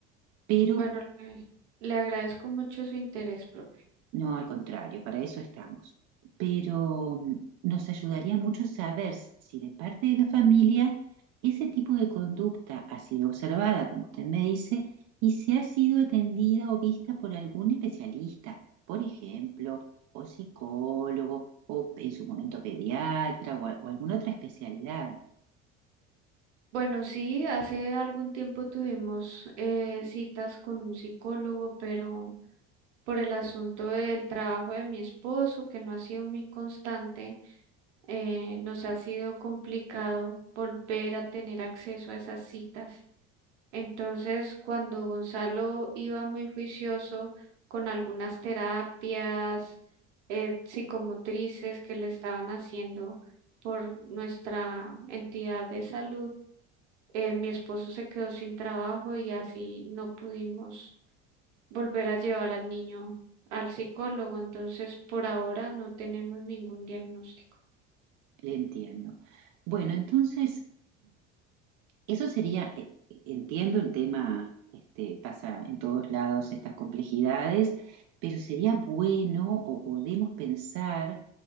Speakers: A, on the right (about 55°); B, on the right (about 80°).
A: Pero
B: Bueno, eh, le agradezco mucho su interés, profe.
A: No, al contrario, para eso estamos. Pero mm, nos ayudaría mucho saber si de parte de la familia ese tipo de conducta ha sido observada, como usted me dice, y si ha sido atendida o vista por algún especialista, por ejemplo, o psicólogo, o en su momento pediatra, o, a- o alguna otra especialidad.
B: Bueno, sí, hace algún tiempo tuvimos eh, citas con un psicólogo, pero por el asunto del trabajo de mi esposo, que no ha sido muy constante, eh, nos ha sido complicado volver a tener acceso a esas citas. Entonces, cuando Gonzalo iba muy juicioso con algunas terapias eh, psicomotrices que le estaban haciendo por nuestra entidad de salud, eh, mi esposo se quedó sin trabajo y así no pudimos volver a llevar al niño al psicólogo. Entonces, por ahora no tenemos ningún diagnóstico.
A: Le entiendo. Bueno, entonces, <clears throat> Eso sería, eh, entiendo el tema, este, pasa en todos lados estas complejidades, pero sería bueno o podemos pensar